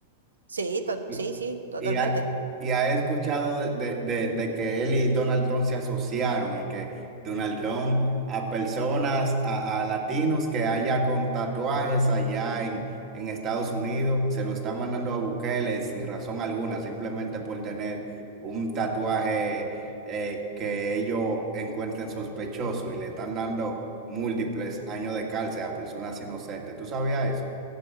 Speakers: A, on the right; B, on the right.
A: Sí, to-
B: Y,
A: sí, sí, totalmente.
B: y ha, y ha escuchado de, de- de- de que él y Donald Trump se asociaron y que Donald Trump a personas, a, a latinos que haya con tatuajes allá en, en Estados Unidos, se lo está mandando a Bukele sin razón alguna, simplemente por tener un tatuaje eh, que ellos encuentren sospechoso y le están dando múltiples años de cárcel a personas inocentes. ¿Tú sabías eso?